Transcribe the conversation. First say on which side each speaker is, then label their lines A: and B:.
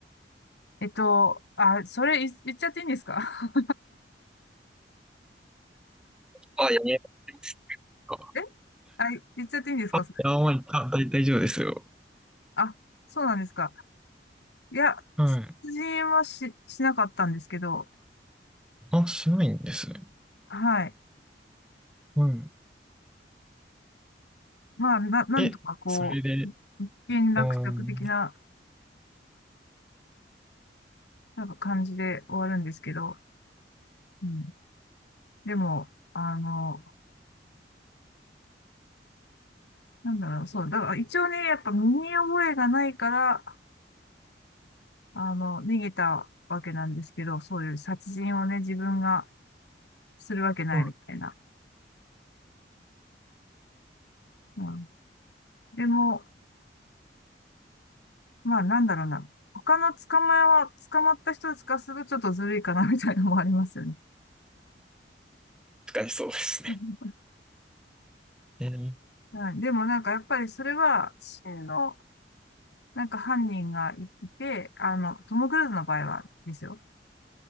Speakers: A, on the left; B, in the centre.
A: えっと、あ、それい言っちゃっていいんですか
B: あ、やめますか。
A: <laughs> えあ、言っちゃっていいんですかそれ
B: あ、いや、まあ、いた大大丈夫ですよ。
A: あ、そうなんですか。いや、
B: はい。
A: 殺人はし、しなかったんですけど、
B: あ、しないんですね。
A: はい。
B: うん。
A: まあ、な、なんとかこ
B: え、それで、
A: う、一件落着的な、
B: うん。
A: なんか感じで終わるんですけど、うん。でも、あの、なんだろう、そう、だから一応ね、やっぱ身に覚えがないから、あの、逃げたわけなんですけど、そういう殺人をね、自分がするわけないみたいな。
B: うん
A: うん。でも、まあなんだろうな、他の捕まえは、捕まった人たちからするとちょっとずるいかなみたいなのもありますよね。
B: 確かにそうですね。
A: <laughs>
B: えー、
A: はい、でもなんかやっぱりそれは真のなんか犯人がいて、あの、トム・クルーズの場合はですよ。